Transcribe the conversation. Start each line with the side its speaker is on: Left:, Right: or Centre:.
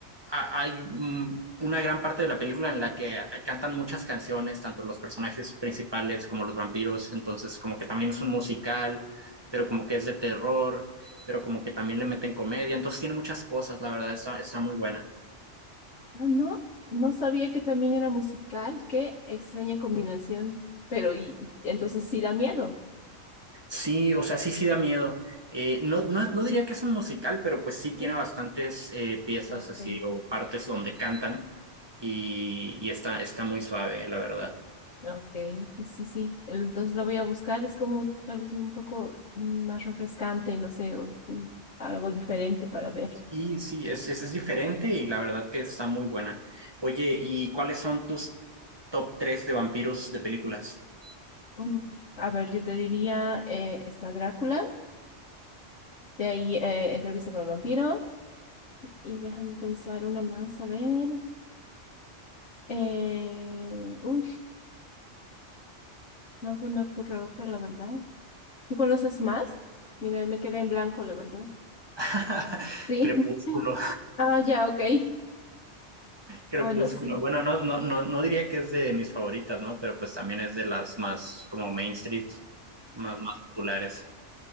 Right: hay mm, una gran parte de la película en la que eh, cantan muchas canciones, tanto los personajes principales como los vampiros, entonces como que también es un musical, pero como que es de terror, pero como que también le meten comedia, entonces tiene muchas cosas, la verdad, está, está muy buena.
Left: Ah, no, no sabía que también era musical. Qué extraña combinación. Pero, y, y entonces sí da miedo.
Right: Sí, o sea, sí, sí da miedo. Eh, no, no, no diría que es un musical, pero pues sí
Left: Ujú.
Right: tiene bastantes eh, piezas
Left: Ah, Ok,
Right: así o partes donde cantan y, y está, está muy suave, la verdad.
Left: ok. y Sí, sí. Entonces la voy a buscar. Es como tal vez un poco más refrescante, no sé, o, mm, algo diferente para ver.
Right: Y sí, es, es, es diferente y la verdad que está muy buena. Oye, ¿y cuáles son tus top 3 de vampiros de películas?
Left: Mm, A ver, yo te diría, eh, está Drácula. De ahí, eh, entrevista con el vampiro. Y déjame pensar una más, a ver. Eh, uy, no se me ocurre otra, la verdad. ¿Tú conoces más? Mira, me quedé en blanco, la verdad.
Right: <laughs>
Left: Sí.
Right: Crepúsculo,
Left: <laughs> Ah, ya, ok.
Right: Crepúsculo.
Left: Ah, Bueno, sí.
Right: Bueno, no, no, no, no diría que es de mis favoritas, ¿no? Pero pues también es de las más como mainstream, más, más populares.